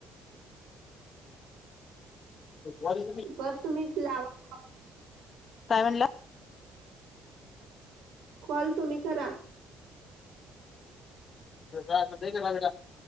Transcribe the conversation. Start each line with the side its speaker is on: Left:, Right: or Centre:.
Left: गरी
Right: बर तुम्ही लावा
Left: काय म्हणलं
Right: कॉल तुम्ही करा
Left: असगला <inaudible>